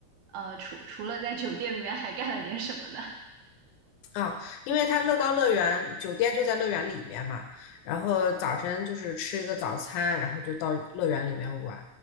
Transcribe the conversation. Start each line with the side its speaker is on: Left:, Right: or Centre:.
Right: 呃，除除了在酒店里面，还干了点什么呢？
Left: 啊，因为它乐高乐园酒店就在乐园里面嘛，然后早晨就是吃一个早餐，然后就到乐园里面玩，